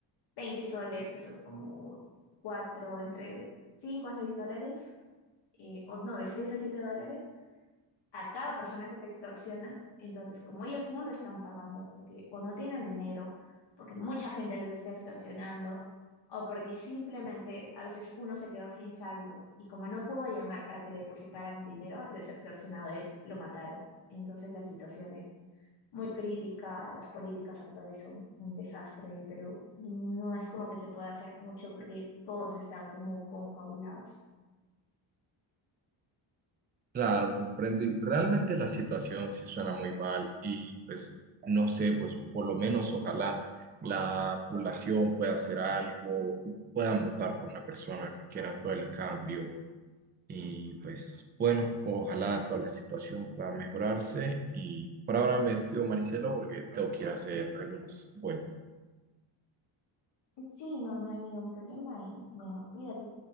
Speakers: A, on the left; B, on the right.
A: 20 soles, que son como 4 entre 5 a 6 dólares, eh, o no, de 6 a 7 dólares, a cada persona que te extorsiona. Entonces, como ellos no lo están pagando porque o no tienen dinero, porque mucha gente los está extorsionando, o porque simplemente a veces uno se quedó sin saldo y como no pudo llamar para que le depositaran el dinero, los extorsionadores lo mataron. Entonces, la situación es muy crítica, las políticas actuales son un desastre en Perú y no es como que se pueda hacer mucho porque todos están como confabulados.
B: Claro, comprendo y realmente la situación sí suena muy mal y pues no sé, pues por lo menos ojalá la población pueda hacer algo, puedan votar por una persona que quiera todo el cambio y pues bueno, ojalá toda la situación pueda mejorarse y por ahora me despido Maricelo porque tengo que ir a hacer algunas vueltas.
A: Sí, no, no hay ningún problema y bueno, cuídate.